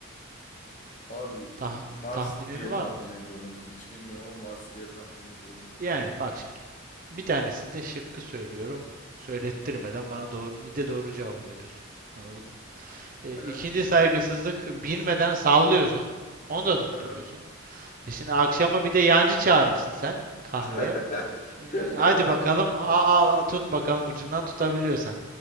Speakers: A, on the left; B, on the right.
A: Abi
B: Tah-
A: Mars
B: tahminin
A: diye
B: var
A: tahmin
B: mı?
A: ediyorum. Hiç bilmiyorum ama Mars diye tahmin ediyorum.
B: Yani bak şimdi. Bir tanesinde şıkkı söylüyorum. Söylettirmeden bana doğru bir de doğru cevabı veriyorsun. Anladın mı? E,
A: Aha,
B: ikinci saygısızlık bilmeden sallıyorsun. Onu da tutturuyorsun.
A: aha.
B: E şimdi akşama bir de yancı çağırırsın sen kahveye.
A: <laughs>
B: E, hadi bakalım al, al tut bakalım ucundan tutabiliyorsan.